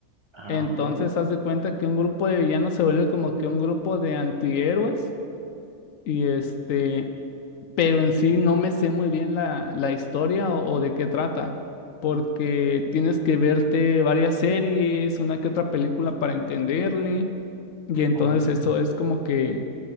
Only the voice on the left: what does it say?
entonces
haz de cuenta que un grupo de villanos se vuelve como que un grupo de antihéroes, y este, pero en sí no me sé muy bien la, la historia o, o de qué trata, porque tienes que verte varias series, una que otra película para entenderle, y entonces
eso es como que